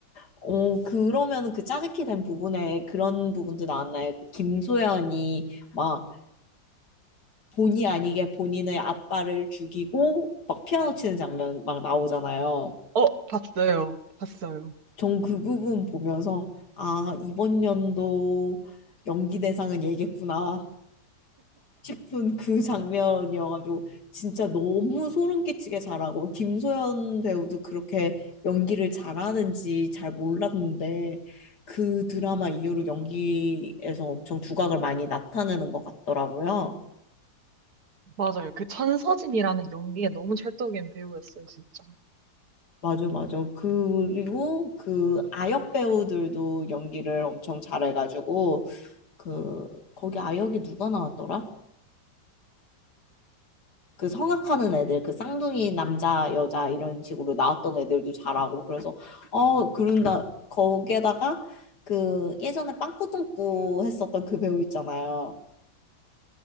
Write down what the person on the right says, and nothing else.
어, 봤어요. 봤어요.
음,
맞아요. 그 천서진이라는 연기에 너무 찰떡인 배우였어요, 진짜.